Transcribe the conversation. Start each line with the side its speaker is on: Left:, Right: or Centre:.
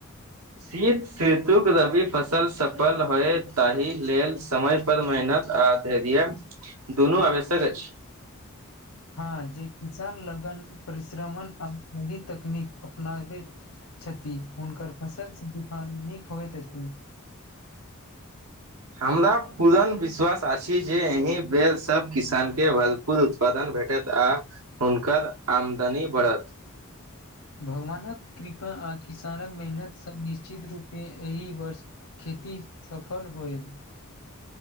Right: शीत सेतुक रबी फसल सफल होइत ताहि लेल समय पर मेहनत आ धैर्य दुनू आवश्यक अछि
Left: हँ जे किसान लगन परिश्रमण आ सही तकनीक अपनाबैत छति हुनकर फसल स धान नीक होइत अछि
Right: हमरा पूरण विश्वास अछि जे अहि बेर सब किसान केँ भर कुल उत्पादन भेटत आ हुनकर आमदनी बड़हत
Left: भगवानक कृपा आ किसानक मेहनत सँ निश्चित रूप पे एहि वर्ष खेती सफल होइत